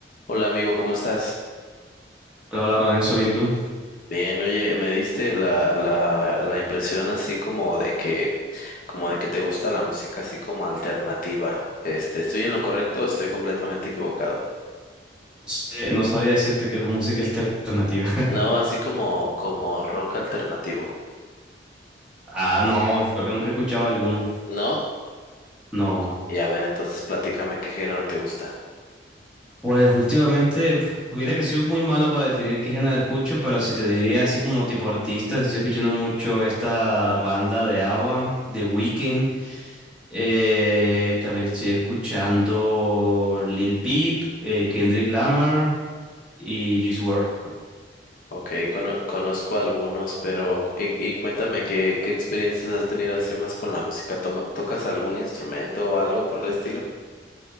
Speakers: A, on the left; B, in the centre.
A: Hola amigo, ¿cómo estás?
B: Hola, hola, Lorenzo, bien, ¿y tú? No
A: Bien, oye, me diste la, la, la impresión así como de que, como de que te gusta la música así como alternativa. Este, ¿estoy en lo correcto o estoy completamente equivocado?
B: sé, no sabría decirte que la música alternativa. <laughs>
A: No, así como, como rock alternativo.
B: Ah, no, creo que nunca he escuchado alguno.
A: ¿No?
B: No.
A: Y a ver, entonces platícame qué género te gusta.
B: Pues últimamente, mira que soy muy malo para definir qué género escucho, pero si te diría así como tipo artista, estoy escuchando mucho esta banda de ABBA, The Weeknd. Eh, también estoy escuchando Lil Peep, eh, Kendrick Lamar y Juice WRLD.
A: Ok, cono- conozco algunos, pero y, y cuéntame qué, qué experiencias has tenido así más con la música. Toma- ¿tocas algún instrumento o algo por el estilo?